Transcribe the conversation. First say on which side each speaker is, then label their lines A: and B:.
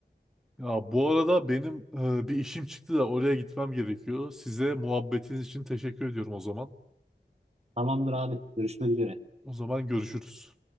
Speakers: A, in the centre; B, on the right (about 35°).
A: Ya bu arada benim e, bir işim çıktı da oraya gitmem gerekiyor. Size muhabbetiniz için teşekkür ediyorum o zaman.
B: Tamamdır abi görüşmek üzere.
A: O zaman görüşürüz.